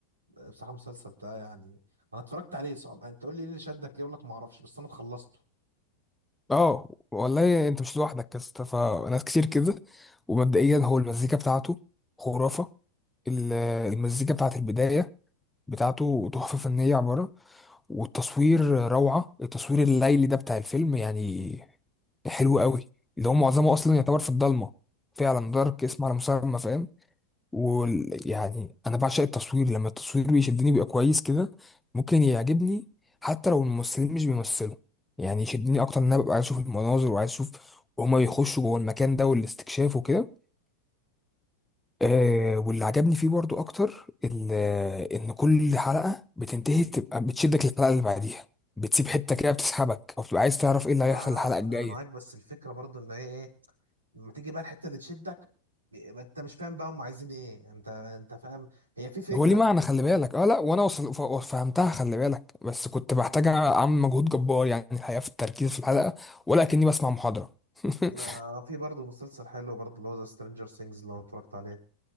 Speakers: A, on the right (about 75°); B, in the centre.
A: بصراحة المسلسل ده يعني انا اتفرجت عليه صعب انت تقول لي ايه اللي شدك ليه اقول لك ما اعرفش بس انا خلصته
B: اه والله انت مش لوحدك يا اسطى فناس كتير كده ومبدئيا هو المزيكا بتاعته خرافة ال- المزيكا بتاعت البداية بتاعته تحفة فنية عبارة والتصوير روعة التصوير الليلي ده بتاع الفيلم يعني حلو قوي اللي هو معظمه اصلا يعتبر في الضلمة فعلا دارك اسم على مسمى فاهم ويعني انا بعشق التصوير لما التصوير بيشدني بيبقى كويس كده ممكن يعجبني حتى لو الممثلين مش بيمثلوا يعني يشدني اكتر ان انا ببقى عايز اشوف المناظر وعايز اشوف وهما بيخشوا جوه المكان ده والاستكشاف وكده آه واللي عجبني فيه برضو اكتر ال- ان كل حلقه بتنتهي تبقى بتشدك للحلقه اللي بعديها بتسيب حته كده بتسحبك او بتبقى عايز تعرف ايه اللي
A: ما
B: هيحصل
A: انا
B: الحلقه الجايه
A: انا معاك بس الفكره برضو ان هي ايه لما تيجي بقى الحته اللي تشدك ما انت مش فاهم بقى هم عايزين ايه انت انت فاهم هي في فكره
B: هو ليه معنى خلي بالك اه لا وانا وصل ف- فهمتها خلي بالك بس كنت بحتاج اعمل مجهود جبار يعني الحقيقه في التركيز في الحلقه ولا كاني بسمع محاضره <laughs>
A: انا في برضو مسلسل حلو برضو اللي هو ذا سترينجر سينجز لو اتفرجت عليه